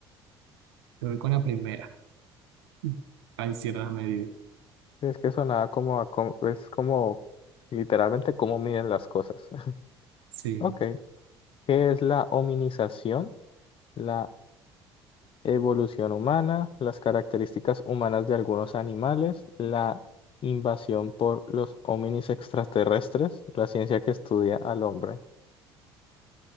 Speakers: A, on the right; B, on the left.
A: Yo voy con la primera. <laughs> Ahí cierra la medida.
B: Sí, Es que sonaba como, a co- es como literalmente cómo miden las cosas. <laughs>
A: Sí.
B: Ok. ¿Qué es la hominización? La evolución humana, las características humanas de algunos animales, la invasión por los hominis extraterrestres, la ciencia que estudia al hombre.